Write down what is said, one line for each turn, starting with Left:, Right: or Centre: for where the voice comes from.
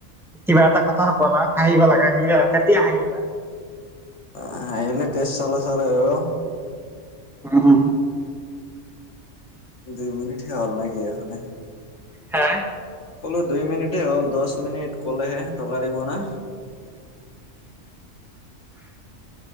Centre: কিবা এটা কথা ক'লা। হাহিব লাগা যেনেকে তেতিয়া হাহিবা।
Left: অ হাহিলে তেজ চলাচল হয় আৰু।
Centre: উ, উ।
Left: দুই মিনিটহে হ'ল নেকি এখনে?
Centre: হে?
Left: ক'লো দুই মিনিটে হ'ল। দছ মিনিট ক'লেহে টকা দিব না।